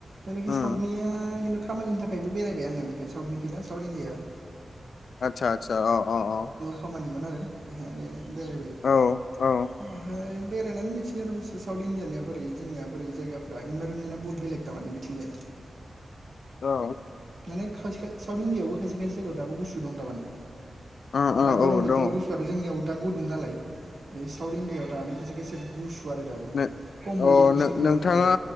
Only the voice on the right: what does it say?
दा बेखो
साउथनिया खामानिनि थाखायबो बेरायबाय आङो बेहाय साउथनिखौबा साउथ इण्डियाआव
खामानिमोन आरो बेहाय बेरायबाय
ओमफ्राय बेरायनानै मिथियो आरो साउथ इण्डियानिआ बोरै जोंनिया बोरै जायगफोरा इनभारमेन्टआ बहुत बेलेग बिथिंजाय
माने खायसे साउथ इण्डियावबो खायसे खायसे जायगायाव दाबो गुसु दं थारमाने।
दा गरम
बोथोराव
गुसु आरो जोंनियाव दा गुदुं नालाय बे साउथ इणडियायाव दानो खायसे खायसे गुसु आरो दाबो
कम्बल
जोमनासो
उन्दुनांगौ जायो।